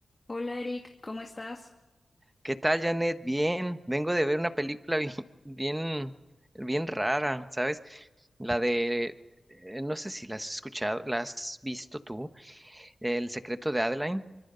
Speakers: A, on the left; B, on the right.
A: Hola Eric, ¿cómo estás?
B: ¿Qué tal, Janet? Bien, vengo de ver una película bien, <laughs> bien, bien rara, ¿sabes? La de, eh, no sé si la has escuchado, la has visto tú, El secreto de Adeline.